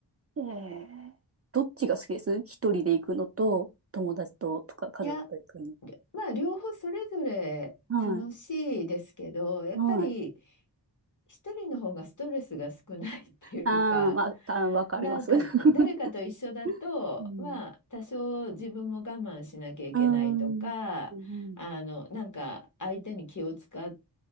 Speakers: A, on the right; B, on the left.
A: うんええどっちが好きです一人で行くのと、友達と、とか家族と行くの。
B: いや、りょまあ、両方それぞれ楽しいですけど、
A: はい。
B: やっぱり
A: はい。
B: 一人の方がストレスが少ないっていうか、
A: ああ、まあ、たわかります。
B: なんか誰かと一緒だと、
A: <laughs> うん。
B: まあ、多少自分も我慢しなきゃいけないとか、
A: <laughs> うん。うん。
B: あの、なんか相手に気を使っ